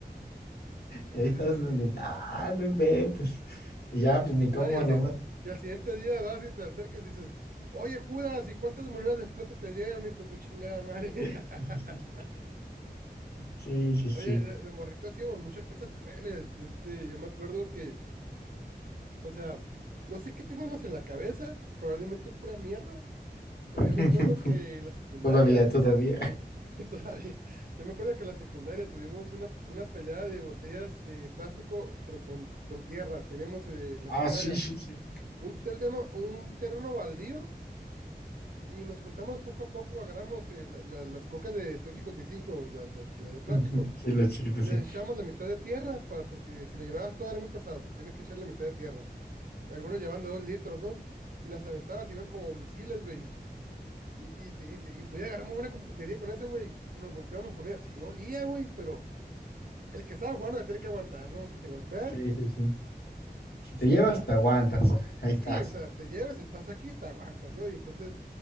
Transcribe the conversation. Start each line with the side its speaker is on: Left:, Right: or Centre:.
Right: Y tú, chale.
Left: y ahí estás, ah, no inventes. Y ya,
Right: Y,
Left: pues ni
Right: no,
Left: cómo,
Right: y, al,
Left: nomás.
Right: si- y al siguiente día vas y te acercas y dices, oye, Judas, ¿y cuántas monedas de plata te dieron, hijo de tu chingada madre?
Left: <laughs>
Right: <laughs>
Left: Sí, sí,
Right: Oye,
Left: sí.
Right: de, de morrito hacíamos muchas cosas crueles. Este, yo me acuerdo que, o sea, no sé qué teníamos en la cabeza, probablemente pura mierda Pero
Left: <laughs>
Right: yo me acuerdo que la secundaria,
Left: Todavía, todavía.
Right: <laughs> todavía, yo me acuerdo que la secundaria tuvimos una, una pelea de botellas de plástico, pero con, con tierra. teníamos eh, en la
Left: Ah,
Right: secundaria
Left: sí, sí, sí.
Right: un, terreno, un terreno baldío y nos juntamos poco a poco, agarramos eh, la- la- las cocas de 355, la, la- la de plástico.
Left: <laughs> Sí, los chiquitos,
Right: Le
Left: sí.
Right: echamos la mitad de tierra, para, porque si la llenabas toda era muy pesado, pero tienes que echar la mitad de tierra. Y algunos llevan de dos litros, ¿no? Y las aventadas iban como misiles, güey. Y, y, te- y, te- y podía agarramos una computería con ese, güey. Nos golpeamos con ella. Sí dolía, güey, pero el que estaba jugando la tiene que aguantar, ¿no? Si te golpea,
Left: Sí, sí, sí. Si te
Right: sin
Left: llevas,
Right: llorar.
Left: te aguantas. <laughs> Ahí
Right: Eh, Sí,
Left: estás.
Right: o sea, te llevas, estás aquí, te aguantas, ¿no? Y entonces,